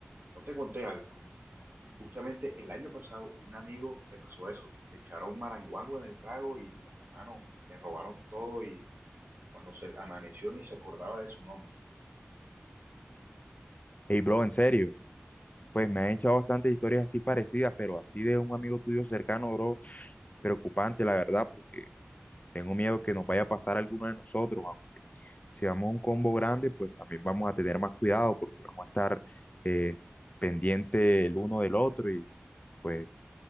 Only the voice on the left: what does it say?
Hey, bro, en serio. Pues me han echado bastantes historias así parecidas, pero así de un amigo tuyo cercano, bro, preocupante, la verdad, porque tengo miedo que nos vaya a pasar a alguno de nosotros, aunque si vamos a un combo grande, pues también vamos a tener más cuidado porque vamos a estar eh, pendiente el uno del otro y pues